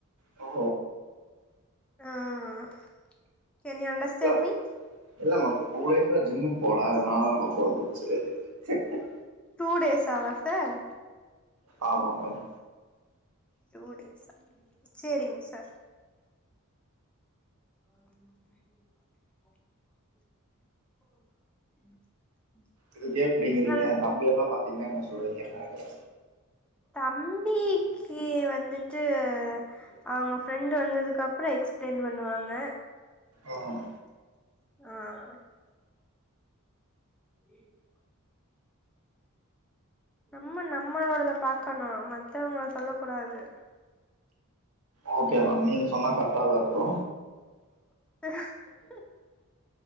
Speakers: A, on the right (about 80°); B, in the centre.
A: ஓ
B: ஆஹ் கேன் யூ அண்டர்ஸ்டான்ட்
A: இல்ல
B: மீ.
A: இல்ல மேம் டூ டேஸ் சா ஜிம்முக்கு போல அதனால தா தொப்ப வந்துருச்சு ஹ ஹ
B: டூ டேஸ் ஆவா சார்
A: ஆமாமேம்
B: டூ டேஸ்சா செரிங்க சார் <inaudible> <inaudible>
A: இதுக்கே பிடிங்கிறீங்க
B: நல்
A: தம்பி எல்லாம் பாத்தீங்கன்னா என்ன சொல்லுவீங்கன்னு நினைக்கிற
B: தம்பிக்கு வந் ந்துட்டு ஏஹ் அவங்க ஃப்ரெண்டு் வந்ததுக்கு அப்ரோ எக்ஸ்பிளைன் பண்ணுவாங்க
A: அஹ
B: ஆஹ் <inaudible> நம்ம நம்மளோடத பாக்கணு மத்தவங்கள சொல்ல கூடாது
A: ஓகே மேம் நீங்க சொன்னா கரெக்டாதா இருக்கு
B: <inaudible>